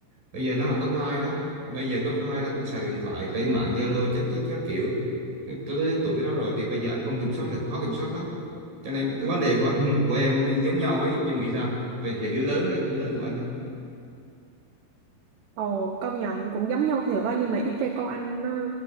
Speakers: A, on the right; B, on the right.
A: bây giờ nó học cấp 2 đó bây giờ cấp 2 nó cũng xài điện thoại lên mạng Zalo chắc chứ các kiểu tới tới tuổi đó rồi thì bây giờ anh không kiểm soát được khó kiểm soát lắm cho nên cái
B: Ừ.
A: vấn đề của anh của em giống nhau ấy em nghĩ sao bây giờ đứa lớn đấy đứa lớn của anh
B: Ồ, công nhận cũng giống nhau thiệt á nhưng mà ít ra con anh nó